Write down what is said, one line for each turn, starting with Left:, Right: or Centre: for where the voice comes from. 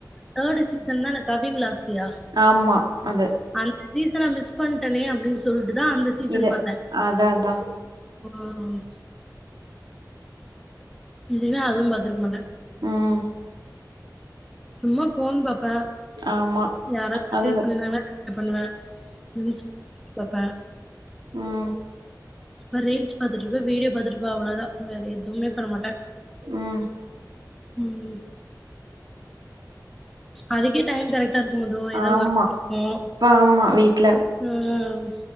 Centre: தேர்டு சீசன்தான கவின் லாஸ்லியா
Right: ஆமா அது
Centre: அந்த சீசன மிஸ் பண்ட்டனே அப்டீன்னு சொல்ட்டு தா அந்த சீசன்
Right: இது
Centre: பாத்தே
Right: அதா அதா
Centre: ம் இல்லின்னா அதுவு பாத்ருக்கமாட்ட
Right: ம்
Centre: சும்மா ஃபோன் பாப் ப
Right: ஆமா
Centre: யாரது மெசேஜ்
Right: அது
Centre: பண்ணீர்தாங்னா ரீப்லே பண்ணுவ ம் பாப்ப
Right: ம்
Centre: இப்ப ரீல்ஸ் பாத்துட்டிருப்ப வீடியோ பாத்துட்டிருப்ப அவ்ளோதா வேற எவுமே பண்ணமாட்ட
Right: ம்
Centre: ம் அதுக்கே டைம் கரெக்ட் ட்டா போது ஏதா
Right: ஆமா
Centre: ஒர்க்கு இருக்கு
Right: இப்ப ஆமா வீட்ல
Centre: ம்